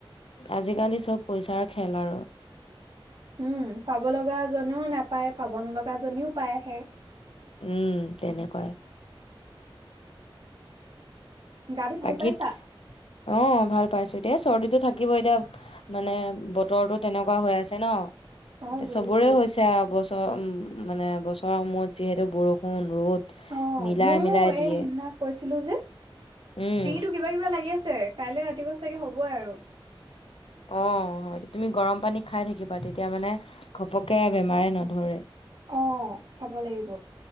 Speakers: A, on the left (about 90°); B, on the right (about 65°).
A: আজিকালি চব পইচাৰ খেল আৰু
B: উম পাব লগা জনেও নাপায় পাব নলগা জনীও পাই আহে
A: উম তেনেকুৱাই
B: গাটো ভাল
A: বাকীত
B: পাইছা
A: অ ভাল পাইছো এ দে চৰ্দিটো থাকিব এতিয়া মানে বতৰটো তেনেকুৱা হৈ আছে ন
B: অ
A: এয়া
B: বুজিছো
A: চবৰে হৈছে বছৰ উম মানে বছৰৰ সময়ত যিহেতু বৰষুণ ৰ'দ
B: অঁ
A: মিলাই
B: মোৰো
A: মিলাই
B: এই
A: দিয়ে
B: সেইদিনা কৈছিলো যে ডিঙিতটো
A: উম,
B: কিবা কিবা লাগি আছে কাইলে ৰাতিপুৱা চাগে হ'বই আৰু
A: অঁ হয় তুমি গৰম পানী খাই থাকিবা, তেতিয়া মানে ঘপকে বেমাৰে নধৰে
B: অঁ খাব লাগিব।